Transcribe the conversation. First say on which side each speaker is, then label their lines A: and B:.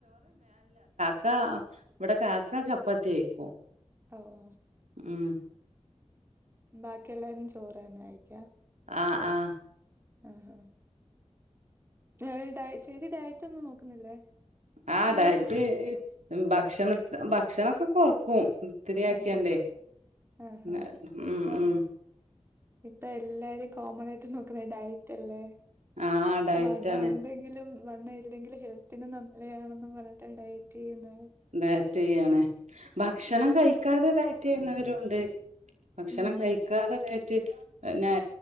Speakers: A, on the right; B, on the right.
A: കാഹ ഇവിടെ കാക്ക ചപ്പാത്തി കയിക്കും
B: ഓ ഓ
A: ഉം
B: ബാക്കി എല്ലാരും ചോറ് തന്നെ ആയിക്ക
A: ആ ആഹ്
B: ആ ഹാ ഞാ ഡ ചെയ്ത് നീ ഡയറ്റ് ഒന്നും നോക്കുന്നില്ലേ
A: ആ ഡയറ്റ് ഭക്ഷണ ഭക്ഷണൊക്കെ കൊറക്കും ത്തിരിയാക്കിയാണ്ടേ
B: ആഹ് ആഹാ.
A: ന്ന ഉം ഉം
B: ഇപ്പൊ എല്ലാരും കോമൺ ആയിട്ട് നോക്കുന്നെ ഡയറ്റ് അല്ലേ
A: ആഹ് ഡയറ്റാണ്
B: വണ്ണം ഉണ്ടെങ്കിലും വണ്ണം ഇല്ലെങ്കിൽ ഹെൽത്തിന് നല്ലയാണെന്ന് പറഞ്ഞിട്ട് ഡയറ്റ് ചെയ്യുന്ന
A: ഡയറ്റ് ചെയ്യണേ ഭക്ഷണം കഴിക്കാതെ ഡയറ്റ് ചെയ്യുന്നവരുംണ്ട് ഭക്ഷണം
B: ഉം
A: കഴിക്കാതെ ഡയ്- റ്റ് പിന്നെ